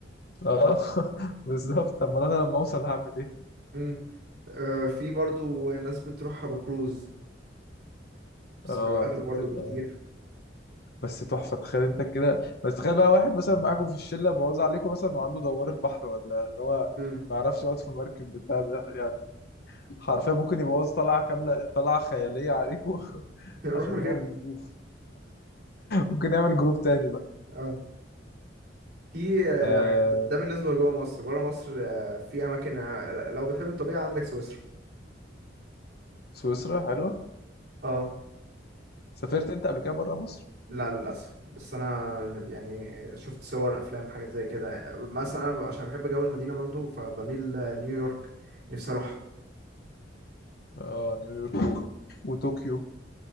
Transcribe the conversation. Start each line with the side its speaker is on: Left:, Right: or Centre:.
Left: آه <laughs> بالظبط أمال أنا لما أوصل هعمل إيه؟
Right: امم آه في برضو ناس بتروحها بكروز بس
Left: اه
Right: بيبقى اغلى
Left: دي
Right: برضو
Left: بتبقى
Right: بكتير
Left: بس تحفه تخيل انت كده بس تخيل بقى واحد مثلا معاكم في الشله بوظ عليكم مثلا وعنده دوار البحر ولا ان هو
Right: امم
Left: ما يعرفش يقعد في المركب بتاع ده يعني حرفيا ممكن يبوظ طلعه كامله طلعه خياليه عليكم <laughs>
Right: <laughs> روح
Left: عشان
Right: من غيره
Left: هو بيدوخ ممكن يعمل جروب تاني بقى
Right: اه في آه،
Left: آه
Right: د- ده بالنسبه لجوه مصر بره مصر آه، في اماكن آه، لو بتحب الطبيعه عندك سويسرا
Left: سويسرا حلوه
Right: اه
Left: سافرت انت قبل كده بره مصر
Right: لا للاسف بس انا يعني شفت صور افلام حاجات زي كده مثلا انا ب- عشان بحب جو المدينه برضو فبميل آه، نيويورك نفسي اروح
Left: اه نيويورك و- وطوكيو